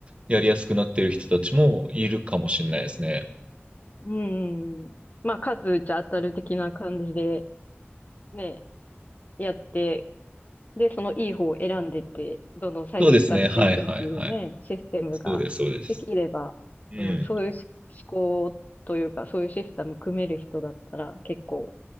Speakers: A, on the right (about 25°); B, on the left (about 40°).
A: やりやすくなってる人たちもいるかもしれないですね。
B: うんうん。まあ、数打ちゃ当たる的な感じで、ね、やってで、そのいい方を選んでって、どんどん最適化していくっていうね、
A: そうですね。はいはいはい。
B: システムができれば、
A: そうです、そうです。うん。
B: うん、そういうし思考というか、そういうシステム組める人だったら結構